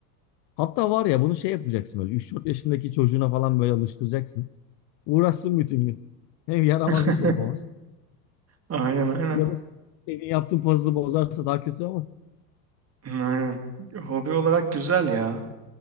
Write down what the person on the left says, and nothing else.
Hatta var ya bunu şey yapacaksın böyle Üç dört yaşındaki çocuğuna falan böyle alıştıracaksın. Uğraşsın bütün gün. Hem yaramazlık
da yapamaz.
Ya da senin yaptığın puzzle'ı bozarsa daha kötü ama.